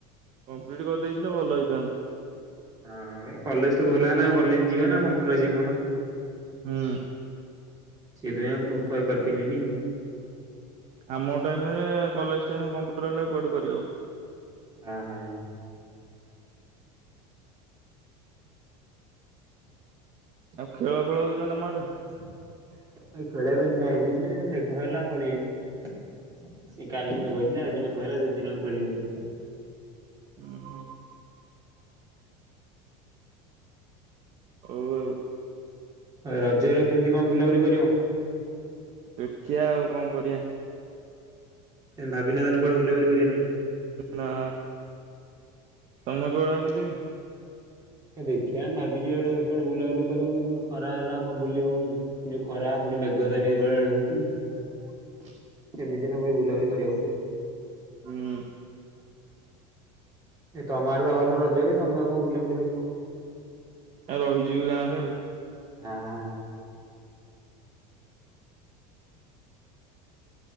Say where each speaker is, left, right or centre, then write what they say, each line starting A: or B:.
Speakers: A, on the right (about 40°); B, on the right (about 25°).
A: କମ୍ପ୍ଲିଟ୍ କରିଦେଇଥିଲେ ଭଲ ହେଇଥାନ୍ତା।
B: ହଁ ହଁ ଏ କଲେଜ ତ ଖୋଲା ହେଲା କଲେଜ ଯିବା ନା କମ୍ପ୍ୟୁଟର ଆସିବା କହୁନ?
A: ହୁଁ।
B: ସେଇଥି ପାଇଁ କ କରିପାରିଲିନି ଆଉ।
A: ଆମ ଟାଇମ ରେ କଲେଜ ଟାଇମ କମ୍ପ୍ୟୁଟର ହେଲେ କୁଆଡେ କରି ହବ।
B: <unintelligible>
A: ଆଉ ଖେଳ ଫେଳ ହଉଚି ନା ତମ ଆଡେ?
B: <unintelligible> ଖେଳିବା ପାଇଁ ଯାଇଥିଲି ଯେ ମେଘ ହେଲା ପଳେଇ ଆଇନୁ। ଏ କାଲି ମେଘ ହେଇଥିଲା ଆଜି ମେଘ ହେଲା ଦି ଦିନ ହେଲା ଖେଳି ହଉନି।
A: ହୁଁ ହୁଁ। ହଉ ଆଉ।
B: ରଜରେ କେମିତି କଣ ବୁଲାବୁଲି କରିବ?
A: ଦେଖିବା ଆଉ କଣ କରିଆ‌।
B: ଏ ଭାବି ନା ତାନେ କୁଆଡେ ବୁଲାବୁଲି କରିବା ପାଇଁ।
A: ନା ତମେ
B: ପାଇଁ?
A: କୁଆଡେ ଭାବିଚ କି?
B: ଦେଖିଆ ଭାବିୁଚୁ ଇଆଡେ କୁଆଡେ ବୁଲାବୁଲି କରିବୁ ଖରା ହେଲା କଣ ବୁଲି ହବ କି? ଯୋଉ ଖରାପ
A: ହୁଁ
B: ପୁଣି ମେଘ ତ ମେଘ ଏଆଡେ ହଉଚି।
A: <inaudible>
B: ଏମିତିି ହେନେ <unintelligible> ବୁଲାବୁଲି କରିହବନି।
A: ହୁଁ।
B: ଏ ତମ ଆଡ଼େ ତ ଭଲ ରଜ ହୁଏ ତମେ ଆଉ କଣ ବୁଲାବୁଲି କରିବ?
A: ଆ ରହିଯିବି ଗାଁ ରେ ଆଉ।
B: <unintelligible>